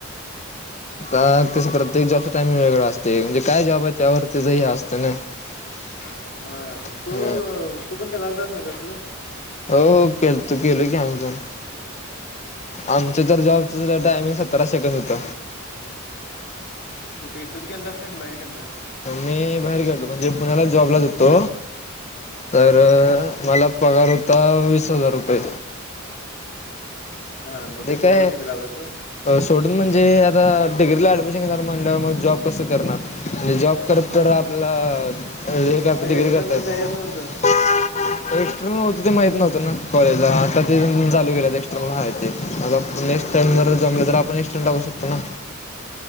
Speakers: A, on the left; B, on the left.
A: आ तस प्रत्येक जॉबचा टाइमिंग वेगळा असत म्हणजे काय जॉब आहे त्यावर तचंही असतं ना. <unintelligible>
B: हा तू
A: हम
B: तू पण काय लालत नाही तसलं.
A: हो केल तू केल कीमजून आमचं ज जॉबच टायमिंग सतरा सेकंड होत.
B: कुठे इथंच गेलस का बाहेर गेलनास.
A: मी बाहेर गेलो म्हणजे पुण्याला जॉबला जतो. तर मला पगार होता वीस हजार रुपये.
B: हां मग
A: ते
B: सोडून
A: काय
B: निघालास होय.
A: सोडून म्हणजे जे आता डिग्रीला ॲडमिशन घेणार म्हणलंवर मग जॉब कसं करणार म्हणजे जॉब करत तर आपला अ का
B: मग एकटं
A: डिग्री करता येत.
B: द्यायच नव्हतं
A: एक्स्टर्नल होतं ते माहित नव्हतं ना कॉलेजला आता ते चालू केलं एक्स्टर्नल ह ते माझा नेक्स्ट टाइम जर जमले तर आपण एक्स्टं टाकू शकतो ना.